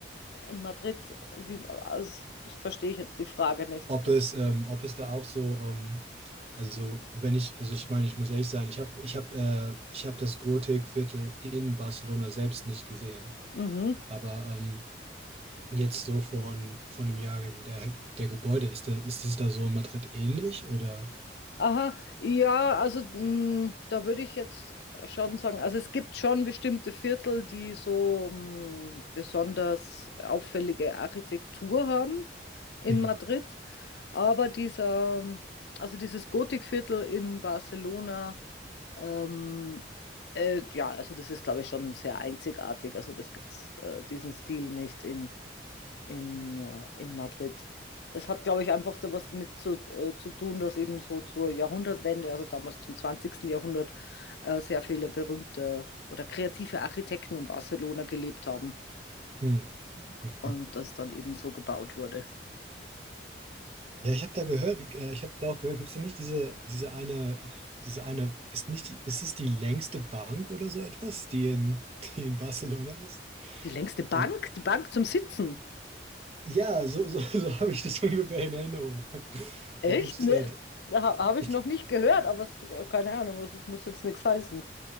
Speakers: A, on the left; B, on the right.
A: in Madrid, wie, also, das verstehe ich jetzt die Frage nicht.
B: Ob es, ähm, ob es da auch so, ähm, also wenn ich, also ich meine, ich muss ehrlich sein, ich habe ich habe äh, ich habe das Gotikviertel in Barcelona selbst nicht gesehen.
A: Mhm.
B: Aber ähm, jetzt so von, von dem Jahrgang der, der Gebäude ist, das ist das da so in Madrid ähnlich oder?
A: Aha, ja, also mh, da würde ich jetzt schon sagen, also es gibt schon bestimmte Viertel, die so mh, besonders auffällige Architektur haben in
B: Mhm.
A: Madrid, aber dieser, also dieses Gotikviertel in Barcelona, ähm, äh, ja, also das ist, glaube ich, schon sehr einzigartig, also das gibt's äh, diesen Stil nicht in in, äh, in Madrid. Das hat, glaube ich, einfach da was damit zu, äh, zu tun, dass eben so zur Jahrhundertwende, also damals zum 20. Jahrhundert, äh, sehr viele berühmte oder kreative Architekten in Barcelona gelebt haben
B: Hm. Mhm.
A: und das dann eben so gebaut wurde.
B: Ja, ich habe da gehört, äh, ich habe da auch gehört, gibt es da nicht diese, diese eine, diese eine, ist nicht, die- ist es die längste Bank oder so etwas, die in, die in Barcelona ist?
A: Die längste Bank?
B: Äh,
A: Die Bank zum Sitzen?
B: Ja, so, so, <laughs> so habe ich das ungefähr in Erinnerung.
A: Echt?
B: Da gibt's,
A: Ne,
B: äh,
A: ha, habe
B: ich,
A: ich noch nicht gehört, aber es, keine Ahnung, also es muss jetzt nichts heißen.